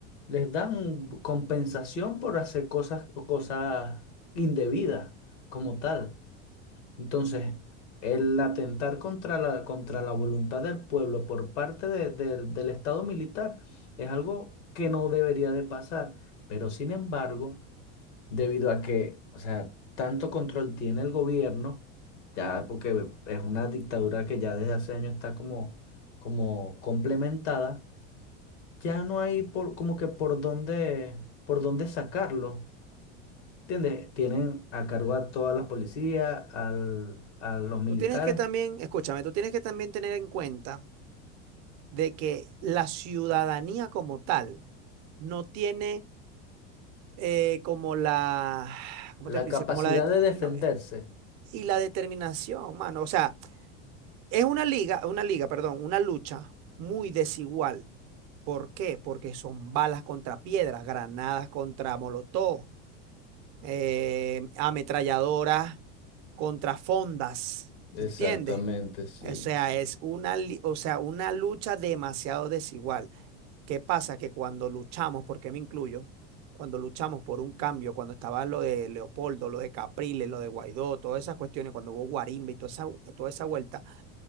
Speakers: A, on the left; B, on the right.
A: les dan compensación por hacer cosas, cosas indebidas como tal. Entonces, el atentar contra la, contra la voluntad del pueblo por parte de- del del Estado militar es algo que no debería de pasar. Pero sin embargo, debido a que, o sea, tanto control tiene el gobierno, ya porque es una dictadura que ya desde hace años está como, como complementada, ya no hay por, como que por dónde, por dónde sacarlo. ¿Entiendes? Tienen a cargo a toda la policía, al- a los militares,
B: Tú tienes que también, escúchame, tú tienes que también tener en cuenta de que la ciudadanía como tal no tiene eh, como la, <sighs> ¿cómo
A: La
B: te dice?
A: capacidad
B: Como la de-
A: de defenderse.
B: no, y la determinación, mano. O sea, es una liga, una liga, perdón, una lucha muy desigual. ¿Por qué? Porque son balas contra piedras, granadas contra molotov, eh, ametralladoras contra fondas,
A: Exactamente,
B: ¿entiendes?
A: sí.
B: O sea, es una, li- o sea, una lucha demasiado desigual. ¿Qué pasa? Que cuando luchamos, porque me incluyo, cuando luchamos por un cambio, cuando estaba lo de Leopoldo, lo de Capriles, lo de Guaidó, todas esas cuestiones, cuando hubo guarimba y toda esa, toda esa vuelta,